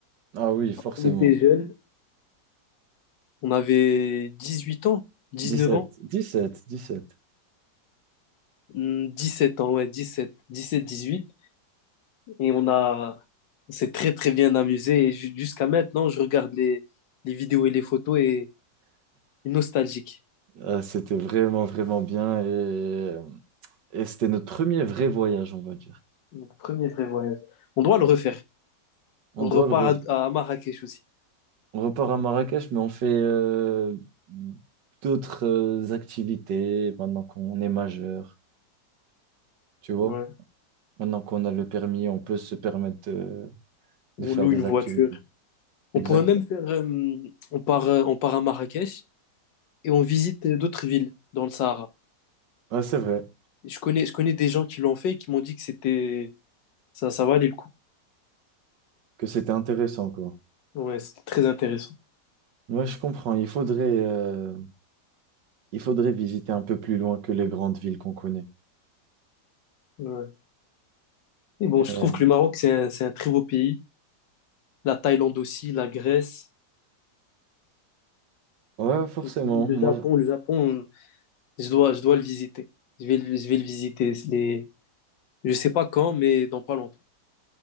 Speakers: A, on the right; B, on the left.
A: Ah oui, forcément.
B: On était jeunes, on avait 18 ans, 19
A: Dix-sept,
B: ans,
A: dix-sept, dix-sept.
B: hmm, sept ans, ouais, dix dix sept sept dix huit Et on a... on s'est très, très bien amusé. Et ju- jusqu'à maintenant, je regarde les, les vidéos et les photos et, et nostalgique.
A: Euh, c'était vraiment, vraiment bien et, et c'était notre premier vrai voyage, on va dire.
B: Mon premier vrai voyage. On doit le refaire.
A: On
B: On
A: doit
B: repart
A: le refaire.
B: à, à Marrakech aussi.
A: On repart à Marrakech, mais on fait euh, d'autres euh, activités maintenant qu'on est majeur, tu vois.
B: Ouais.
A: Maintenant qu'on a le permis, on peut se permettre de, de
B: On
A: faire
B: loue
A: des
B: une voiture.
A: activités.
B: On
A: Exactement.
B: pourrait même faire, euh, on part, euh, on part à Marrakech et on visite euh, d'autres villes dans le Sahara.
A: Ouais, c'est vrai
B: Et Je connais, je connais des gens qui l'ont fait et qui m'ont dit que c'était, ça, ça valait le coup.
A: que c'était intéressant, quoi.
B: Ouais, c'était très intéressant.
A: Ouais, je comprends. Il faudrait, euh, Il faudrait visiter un peu plus loin que les grandes villes qu'on connaît.
B: Ouais. Et bon,
A: Et-
B: je trouve que le Maroc, c'est un, c'est un très beau pays. La Thaïlande aussi, la Grèce,
A: Ouais, forcément.
B: le
A: Moi,
B: Japon,
A: je-
B: le Japon, je dois, je dois le visiter. Je vais, le- je vais le visiter. Les, je sais pas quand, mais dans pas longtemps.